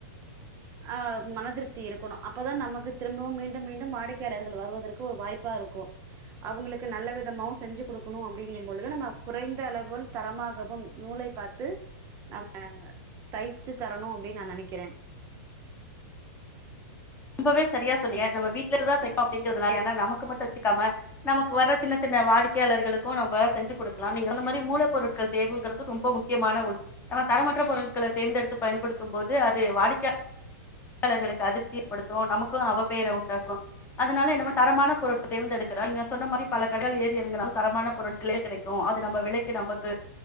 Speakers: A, on the right; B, on the left.
A: ஆஹ் மனதிருப்தி இருக்கணும் அப்பதான் நமக்கு திரும்பவும் மீண்டும் மீண்டும் வாடிக்கையாளர்கள் வருவதற்கு ஒரு வாய்ப்பா இருக்கும் அவங்களுக்கு நல்ல விதமாவும் செஞ்சு கொடுக்கணும் அப்படிங்கும் பொழுது நம்ம குறைந்த அளவில் தரமாகவும் நூலைபார்த்து நம்ம தயிச்சு தரணும் அப்படின்னு நான் நினைக்கிறேன்
B: ரொம்பவே சரியா சொன்னீங்க நம்ம வீட்டுல இருக்குதான் தைக்கும் அப்படிங்கறிறதுனால ஏன்னா நமக்கு மட்டும் தச்சுக்காம நமக்கு வர சின்ன சின்ன வாடிக்கையாளர்களுக்கும் நம்ம தச்சு கொடுக்கலாம் நீங்க அந்த மாதிரி மூல பொருட்கள் தேர்வுங்கறிறது ரொம்ப முக்கியமான உண் நம்ம தரமற்ற பொருட்களை தேர்ந்தெடுத்து பயன்படுத்தும் போது அது வாடிக்கையர்களுக்கு அதிர்ச்சி ஏற்படுத்தும் நமக்கும் அவ பேர உண்டாக்கும் அதனால என்னபன்ன தரமான பொருட்கள தேர்ந்தெடுக்ற இங்க சொன்னமாரி பல கடைல ஏறி எறங்னாலும் தரமான பொருட்களே கடைக்கும் அது நம்ப நிலைக்கு நம்பக்கு